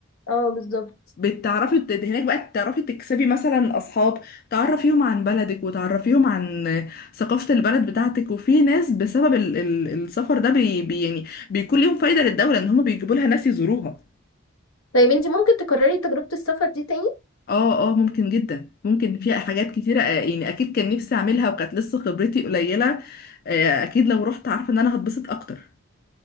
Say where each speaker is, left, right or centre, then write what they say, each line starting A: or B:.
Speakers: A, on the left; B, on the left.
A: اه بالظبط
B: بتعرفي ت- هناك بقى تعرفي تكسبي مثلا اصحاب تعرفيهم عن بلدك وتعرفيهم عن ثقافة البلد بتاعتك وفي ناس بسبب ال ال السفر ده بي بي يعني بيكون ليهم فايدة للدولة ان هم بيجيبوا لها ناس يزوروها
A: طيب انت ممكن تكرري تجربه السفر دي تاني
B: اه اه ممكن جدا ممكن فيها حاجات كتيرة آه، يعني اكيد كان نفسي اعملها وكانت لسه خبرتي قليلة آه، اكيد لو رحت عارفة ان انا هتبسط اكتر